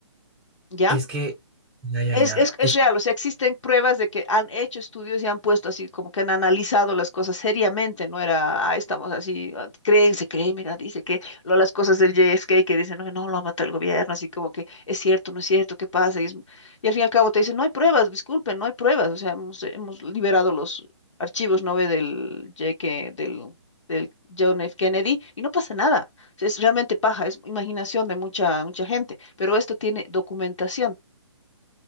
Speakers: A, on the left (about 80°); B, in the centre.
A: ¿ya?
B: Es que, ya, ya,
A: Es,
B: ya.
A: es, es
B: Es,
A: real, o sea, existen pruebas de que han hecho estudios y han puesto así, como que han analizado las cosas seriamente, no era, ah, estamos así, ah, creen, se cree, mira, dice que lo, las cosas del JFK que dicen, no, no, lo ha matado el gobierno, así como que es cierto, no es cierto, ¿qué pasa? Y, es- y al fin y al cabo te dicen, no hay pruebas, disculpen, no hay pruebas, o sea, hemos, hemos liberado los archivos, ¿no ve? del JFK, del, del John F. Kennedy, y no pasa nada, O sea, es realmente paja, es imaginación de mucha, mucha gente, pero esto tiene documentación.